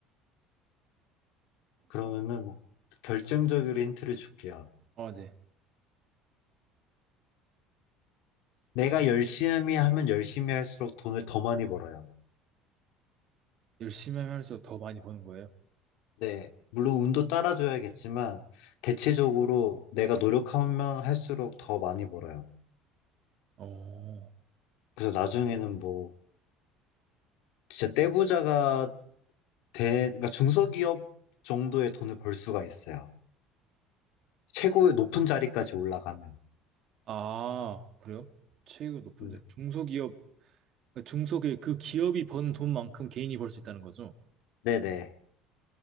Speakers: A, on the left; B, on the right.
A: 그러면은
B: 어,
A: 결정적으로 힌트를 줄게요.
B: 아, 네.
A: 내가 열심히 하면 열심히 할수록 돈을 더 많이 벌어요.
B: 열심히 하면서 더 많이 버는 거예요?
A: 네, 물론 운도 따라줘야겠지만 대체적으로 내가 노력하면 할수록 더 많이 벌어요.
B: 어,
A: 그래서 나중에는 뭐 진짜 떼부자가 돼, 그러니까 중소기업 정도의 돈을 벌 수가 있어요. 최고의 높은 자리까지 올라가면.
B: 아, 그래요? 체육이 높은데
A: 음.
B: 중소기업 그러니까 중소기업, 그 기업이 번 돈만큼 개인이 벌 수 있다는 거죠?
A: 네네.